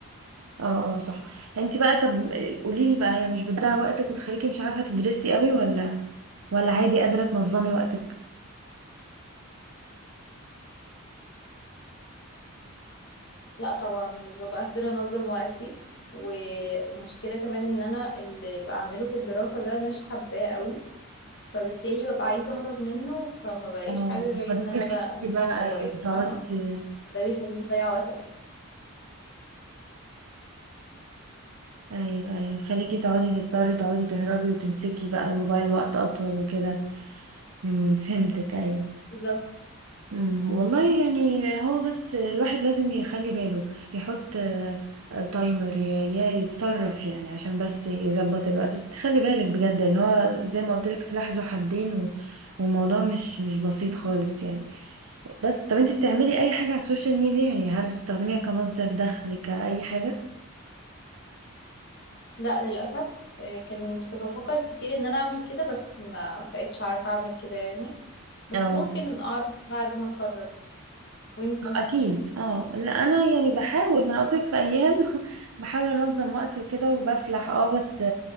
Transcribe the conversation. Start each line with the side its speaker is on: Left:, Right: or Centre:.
Right: اه اه صح انت بقى طب قولي لي بقى هي مش بتضيع وقتك وتخليكي مش عارفة تدرسي قوي ولا ولا عادي قادرة تنظمي وقتك
Left: لا طبعا مش ببقى قادرة انظم وقتي والمشكلة كمان ان انا اللي بعمله في الدراسة ده مش حباه قوي فبالتالي ببقى عايزة اهرب منه فما بلاقيش
Right: آه.
Left: حاجة غير
Right: فده
Left: ان انا
Right: يخليكي
Left: بقى امسك
Right: بقى
Left: الموبايل
Right: ايوه
Left: فاهمة
Right: تقعدي ت-
Left: ده بيخليني اضيع وقت أكتر.
Right: ايوه ايوه خليكي تقعدي تضطري تقعدي تهربي وتمسكي بقى الموبايل وقت اطول وكده امم فهمتك ايوه
Left: بالظبط
Right: أمم، والله يعني هو بس الواحد لازم يخلي باله يحط آه، آه، تايمر يا يا يتصرف يعني عشان بس يظبط الوقت بس تخلي بالك بجد ان هو زي ما قلت لك سلاح ذو حدين و- والموضوع مش مش بسيط خالص يعني بس طب انت بتعملي اي حاجة على السوشيال ميديا يعني هل بتستخدميها كمصدر دخل كأي حاجة؟
Left: لا للأسف آه، كنت كنت بفكر كتير ان انا اعمل كده بس ما بقتش عارفة اعمل كده يعني بس
Right: اه
Left: ممكن اعرف بعد ما اتخرج وانتي
Right: اكيد اه لا انا يعني بحاول ما انا قلت لك في ايام <laughs> بحاول انظم وقتي وكده وبفلح اه بس